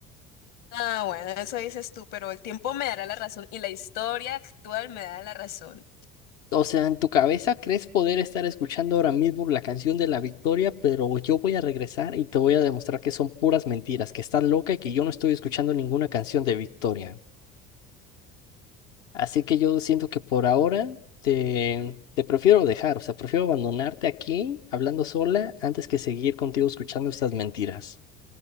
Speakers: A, on the left; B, on the left.
A: Ah, bueno, eso dices tú, pero el tiempo me dará la razón y la historia actual me da la razón.
B: O sea, en tu cabeza crees poder estar escuchando ahora mismo la canción de la victoria, pero yo voy a regresar y te voy a demostrar que son puras mentiras, que estás loca y que yo no estoy escuchando ninguna canción de victoria. Así que yo siento que por ahora te, te prefiero dejar, o sea, prefiero abandonarte aquí hablando sola antes que seguir contigo escuchando estas mentiras.